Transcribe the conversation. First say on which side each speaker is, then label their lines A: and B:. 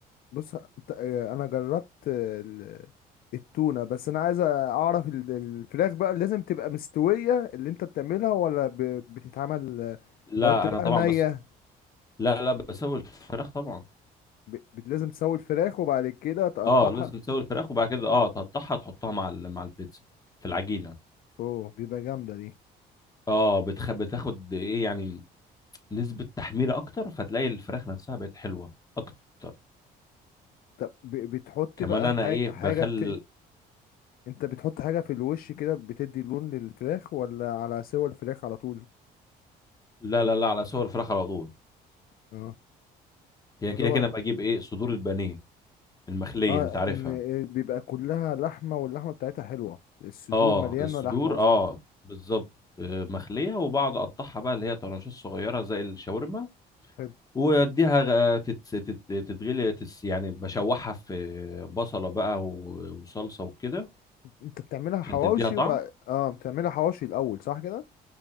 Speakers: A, on the left; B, on the left.
A: بص انت- آه، انا جربت آه، ال- التونة بس انا عايز اعرف ال- الفراخ بقى لازم تبقى مستوية اللي انت بتعملها ولا ب- بتتعمل آه،
B: لا
A: ولا بتبقى
B: انا طبعا
A: نية
B: بس لا لا بسوي الفراخ طبعا
A: ب- ب- لازم تسوي الفراخ وبعد كده تقطعها
B: اه لازم تسوي الفراخ وبعد كده اه تقطعها تحطها مع ال- مع البيتزا في العجينة
A: اوه بيبقى جامدة دي
B: اه بتخ... بتاخد ايه يعني نسبة تحميرة أكتر فتلاقي الفراخ نفسها بقت حلوة أكتر
A: طب ب- بتحط
B: كمان
A: بقى
B: أنا
A: حاجة
B: إيه
A: حاجة
B: بخل
A: بت... انت بتحط حاجة في الوش كده بتدي لون للفراخ ولا على سوى الفراخ على طول
B: لا لا لا على سوى الفراخ على طول
A: اه
B: هي
A: وطبعا
B: كده كده بجيب إيه صدور البانيه المخلية
A: اه
B: أنت عارفها
A: ان آه، بيبقى كلها لحمة واللحمة بتاعتها حلوة الصدور
B: أه
A: مليانة
B: الصدور
A: لحمة اصلا
B: أه بالظبط آه، مخلية وبقعد أقطعها بقى اللي هي طرنشات صغيرة زي الشاورما
A: حلو.
B: وأديها غ- تتس- تت- تتغلي تتس- يعني بشوحها في بصلة بقى و- وصلصة وكده
A: انت بتعملها حواوشي
B: عشان تديها طعم
A: وبقى اه بتعملها حواوشي الاول صح كده